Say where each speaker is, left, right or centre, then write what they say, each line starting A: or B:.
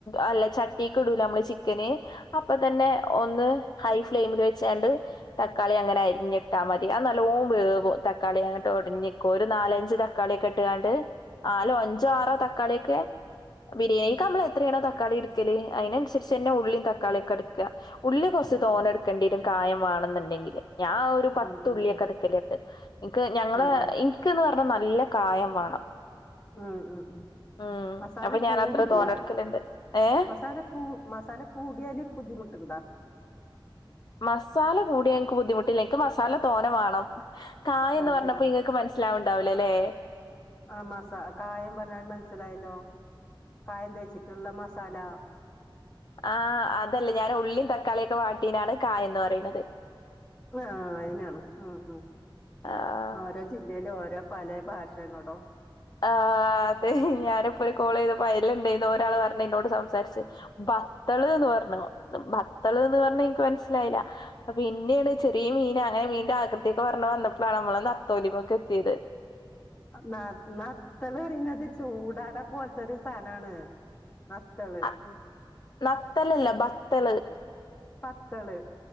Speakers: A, on the left (about 50°); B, on the left (about 25°).
A: അല്ല ചട്ടീക്ക് ഇടൂലേ നമ്മള് ചിക്കന് അപ്പൊ തന്നെ ഒന്ന് ഹൈ ഫ്ലെയിമില് വെച്ചാങ്ങാണ്ട് തക്കാളി അങ്ങനെ അരിഞ്ഞിട്ടാ മതി അത് നല്ലോം വേവും തക്കാളി അങ്ങോട്ട് ഒടിഞ്ഞിക്കും ഒരു നാലഞ്ച് തക്കാളിയൊക്കെ ഇട്ടുകാണ്ട് നാലോ അഞ്ചോ ആറോ ത തക്കാളിയൊക്കെ ബിരിയാണിക്ക്
B: ഉം
A: നമ്മള് എത്രയാണോ തക്കാളി എടുക്കല് അതിനനുസരിച്ച്തന്നെ ഉള്ളി തക്കാളിയും ഒക്കെ എടുക്കുക ഉള്ളി കുറച്ച്
B: ഉം
A: തോന്നെ
B: ഉം
A: എടുക്ക ണ്ടി വരും കായം വാണെന്നുണ്ടെങ്കില് ഞാ ന് ഒരു പത്തുള്ളിയൊക്കെ
B: ഉം ഉം ഉം ഉം
A: എടുക്കല് ണ്ട് ഞങ്ങള്
B: ഉം
A: എനിക്ക്ന്ന് പറഞ്ഞാ നല്ല കായം വാണം
B: ഉം ഉം ഉം
A: ഉം
B: മസാല
A: അപ്പൊ ഞാൻ
B: കൂടുല്ല
A: അത്ര തോനെ എടുക്കലുണ്ട് ഏഹ്
B: മസാല കൂ മസാല കൂടിയാല് ബുദ്ധിമുട്ടുണ്ടാ
A: മസാല കൂടിയ എനിക്ക് ബുദ്ധിമുട്ടില്ല എനിക്ക് മസാല തോനെ വാണം കായം എന്ന്
B: ആഹ്
A: പറഞ്ഞപ്പോ
B: ശരി
A: ഇങ്ങക്ക് ക്ക് മനസിലാവുണ്ടാവൂല അല്ലേ
B: ആ മസാ കായം പറഞ്ഞാ മനസ്സിലായല്ലോ കായം തേച്ചിട്ടുള്ള മസാല
A: ആഹ് അതല്ല ഞാൻ ഉള്ളീം തക്കാളിയൊക്കെ വാട്ടീനാണ് കായന്ന് പറയുന്നത്
B: ആഹ് അയിനാണോ അഹ്
A: ആഹ്
B: അഹ് ജില്ലയില് ഓരോ പല ഭാശേണോടോ
A: ആഹ് അതെ ഞാനിപ്പോ ഒരു കോൾ ചെയ്തപ്പൊ അയിലുണ്ടെയ്ന്നഒരാള് പറഞ്ഞ എന്നോട് സംസാരിച്ചു ബത്തള് ന്ന് പറഞ്ഞു ബത്തള് ന്ന് പറഞ്ഞ എനിക്ക് മനസ്സിലായില്ല അ പിന്നെണ് ചെറിയ മീൻ അങ്ങനെ മീന്റെ ആകൃതിയൊക്കെ പറഞ്ഞു വന്നപ്പോഴാണ് നമ്മളന്ന് നത്തോലിമ്മക്ക് എത്തിയത്
B: ന നത്തൾന്നറീണത് ചൂടാട പോലത്തൊ രു സാധനാണ് നത്തൾ
A: അ, നത്തലല്ല ബത്തള്
B: ബത്തള്